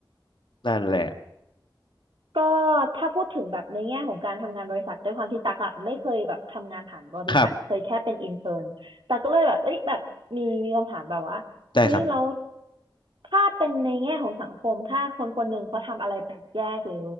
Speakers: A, on the left; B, on the right.
A: นั่นแหละ
B: ก็ถ้าพูดถึงแบบในแง่ของการทำงานบริษัทด้วยความที่ตักอะไม่เคยแบบทำงานผ่านบริษัทเคยแค่เป็นอินเทอร์นตักก็เลยแบบเอ้ยแบบมีมีคำถามแบบว่าเฮ้ยแล้ว
A: ครับได้ครับผม
B: ถ้าเป็นในแง่ของสังคมถ้าคนคนหนึ่งเขาทำอะไรแปลกแยกหรือ